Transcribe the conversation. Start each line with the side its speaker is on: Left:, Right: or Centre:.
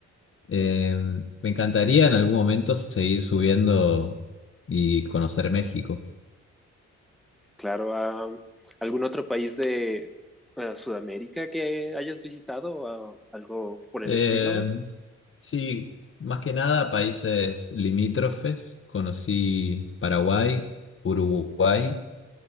Left: Eh, me encantaría en algún momento seguir subiendo y conocer México.
Centre: Claro, ah, ¿algún otro país de ah, Sudamérica que hayas visitado o algo por
Left: Eh,
Centre: el estilo?
Left: sí, más que nada países limítrofes. Conocí Paraguay, Uruguay,